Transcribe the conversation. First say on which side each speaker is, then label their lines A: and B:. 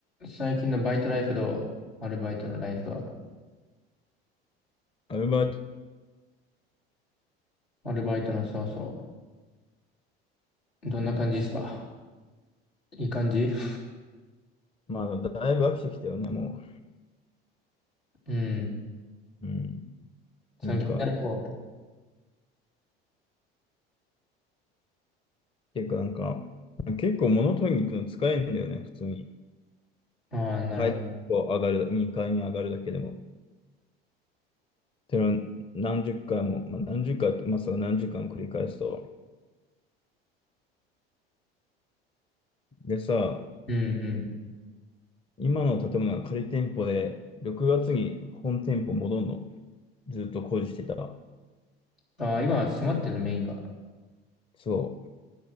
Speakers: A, on the left; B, on the left.
A: 最近のバイトライフどうアルバイトのライフは。
B: アルバート、
A: アルバイトのそうそう。どんな感じですかいい感じ <laughs>
B: まあ、だいぶ飽きてきたよね、も
A: うん。
B: う。うん。
A: その気になる方。
B: なんか、ていうか、なんか、結構物取りに行くの疲れるんだよね、普通に。
A: ああ、なるほど。
B: 階段を上がるだ、2階に上がるだけでも。ての何十回も、まあ、何十回、まあ、それ何十回も繰り返すと。でさ、
A: うんう
B: 今の建物が仮店舗で、6月に本店舗戻んの。ずっと工事してた。
A: ん。ああ、今は閉まってるのメインが。
B: そ